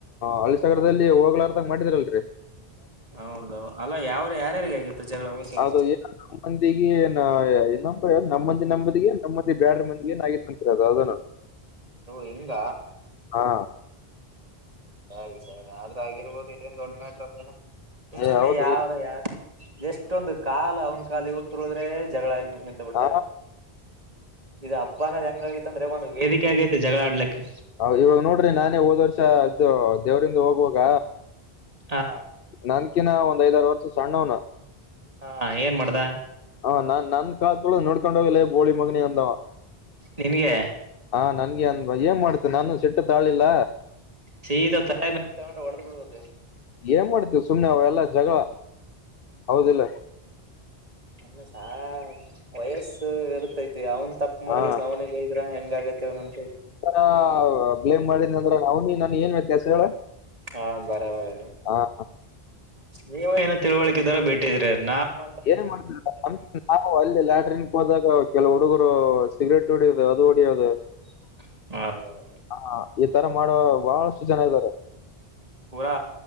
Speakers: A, on the left; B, on the right.
A: ಹಳ್ಳಿ ಸಗರದಲ್ಲಿ ಹೋಗ್ಲಾರದಾಗ ಮಾಡಿದರಲ್
B: ಹೌದ ಅಲ್ಲ ಯಾರ ಯಾರ್ಯಾರಿಗೆ ಆಗಿತ್ತು ಜಗಳ ಸರಿ
A: ಅದು ನಮ್ಮಂದಿಗೆ ಏನಪ್ಪ ನಮ್ಮ ಮಂದಿ ನಮ್ಮದಿಗೆ ನಮ್ಮಂದಿ ಬೇಡ್ರ ಮಂದಿ ಏನ ಆಗಿತ್ತು ಅದು ಅದನು <unintelligible>
B: ಓ ಹಿಂಗ
A: ಹಾ
B: ಸರಿ ಸರಿ ಆದ್ರ ಆಗಿರ್ಬೋದು ಇದೇನ್ ದೊಡ್ಡ ಮಟ್ರ ಅಲ್ಲಲ್ಲ ಸುಮ್
A: ಏ
B: ಸುಮ್ನೆ
A: ಹೌದ್ರಿ
B: ಯಾವಾರ ಯಾರು ಎಷ್ಟೊಂದು ಕಾಲ ಅವನ ಕಾಲ ಇತ್ತು ಹೋದ್ರೆ ಜಗಳ ನಿಂತು ಬಿಡ್ತಾರೆ
A: ಹಾ
B: ಇದು ಹಬ್ಬ ಅನ್ನೋದ್ ಹೆಂಗಾಗಿತ್ತ ಅಂದ್ರೆ ಒಂದು ವೇದಿಕೆ ಆಗೈತಿ ಜಗಳ ಆಡ್ಲಿಕ್ಕೆ
A: ಹ ಇವಾಗ ನೋಡ್ರಿ ನಾನೇ ಹೋದ್ ವರ್ಷ ಇದು ದೇವ್ರಂದ ಹೋಗುವಾಗ
B: ಹಾ
A: ನನ್ಕಿನ ಒಂದ್ ಐದ ಆರು ವರ್ಷ ಸಣ್ಣವನ
B: ಹಾ ಏನ್ ಮಾಡ್ದ
A: ಹ ನಾನ್ ಕಾಲು ಕಾತುಳ ನೋಡ್ಕೊಂಡ ಹೋಗಲ್ಲ ಬೋಳಿ ಮಗನಿ ಅಂದವ
B: ನಿನಗೆ
A: ಹಾ ನನ್ಗೆ ಅಂದ ಏನ್ ಮಾಡತ ನಾನು ಸಿಟ್ಟ ತಾಳಿಲ್ಲ
B: ಸೀದ ತಲೆ ಬ್ಯಾಗ ತಗೊಂಡು ಹೊಡೆದ್ ಬಿಡ್ಬೇಕು
A: ಏನ್ ಮಾಡ್ತಿವಿ ಸುಮ್ಮನೆ ಅವ ಎಲ್ಲಾ ಜಗಳ ಹೌದಿಲ್ಲ
B: ಅಮ್ಮ ಸ ವಯಸ್ಸು ಇರರ್ತೈತಿ ಅವನ್ ತಪ್ಪ
A: ಹಾ
B: ಸಾವನ್ನೆಲ್ಲ ಇದ್ರಾ ಹೆಂಗ ಆಗತ್ತೆಲ್ಲ ಮತ್ತೆ
A: ನಾನ ಬ್ಲೇಮ್ ಮಾಡಿದ ಅಂದ್ರ ಅವನಿ ನನ್ ಏನ್ ವ್ಯತ್ಯಾಸ ಹೇಳ
B: ಹಾ ಬರಬರ
A: ಹ
B: ನೀವು ಏನೋ ತಿಳುವಳ್ಕಿದಾರ ಬಿಟ್ಟಿದೀರ ನಮ್ಮ
A: ಏನ್ ಮಾಡ್ಲ್ಲ ನಾವು ಅಲ್ಲಿ ಲಾಟ್ರ ದಾಗ ಕೆಲವು ಹುಡುಗರು ಸಿಗರೇಟ್ ಹೊಡಿಯದು ಅದು ಹೊಡಿಯೋದು
B: <unintelligible>
A: ಹಾ ಈ ತರ ಮಾಡುವ ಬಹಳಷ್ಟು ಜನ ಇದಾರೆ
B: ಪೂರಾ